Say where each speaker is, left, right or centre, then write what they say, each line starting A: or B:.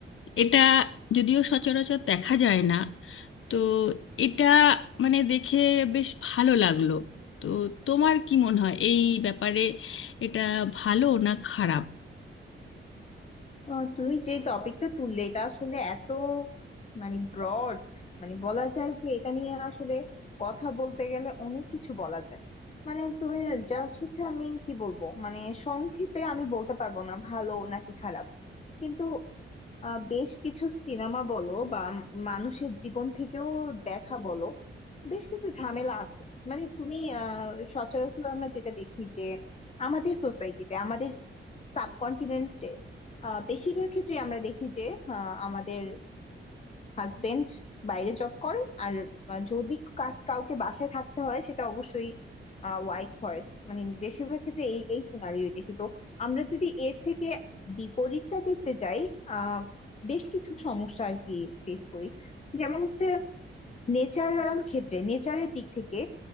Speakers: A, on the left; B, on the left.
A: এটা যদিও সচরাচর দেখা যায় না তো এটা মানে দেখে বেশ ভালো লাগলো তো তোমার কি মনে হয় এই ব্যাপারে এটা ভালো না খারাপ
B: আহ, তুমি যে টপিকটা তুললে এটা আসলে এত মানে ব্রড মানে বলা যায় যে এটা নিয়ে আসলে কথা বলতে গেলে অনেক কিছু বলা যায় মানে তুমি জাস্ট হচ্ছে আমি কি বলবো মানে সংক্ষেপে আমি বলতে পারবো না ভালো নাকি খারাপ কিন্তু আহ, বেশ কিছু সিনেমা বলো বা মানুষের জীবন থেকেও দেখা বলো বেশ কিছু ঝামেলা আছে মানে তুমি আহ সচরাচর আমরা যেটা দেখি যে আমাদের সোসাইটিতে আমাদের সাবকন্টিনেন্টে বেশিরভাগ ক্ষেত্রে আমরা দেখি যে আহ, আমাদের হাজবেন্ড বাইরে জব করে আর আহ, যদি কা- কাউকে বাসায় থাকতে হয় সেটা অবশ্যই ওয়াইফ হয় মানে বেশিরভাগ ক্ষেত্রে এই এই সিনারিও দেখি তো আমরা যদি এর থেকে বিপরীতটা দেখতে যাই আহ বেশ কিছু সমস্যা আর কি ফেস করি যেমন হচ্ছে নেচারাল ক্ষেত্রে নেচারের দিক থেকে